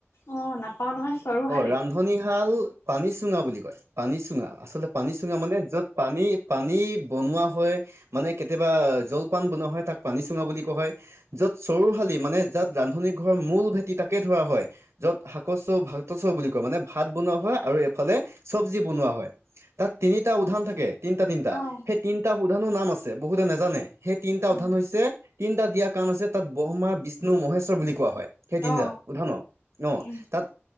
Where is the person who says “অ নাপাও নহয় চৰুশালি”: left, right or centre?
Left